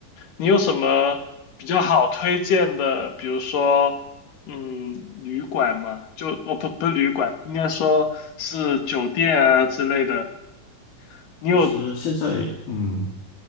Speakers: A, on the left; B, on the left.
A: 你有什么比较好推荐的，比如说，嗯，旅馆嘛，就哦不不是旅馆，应该说是酒店啊之类的，你有
B: 其实现在嗯，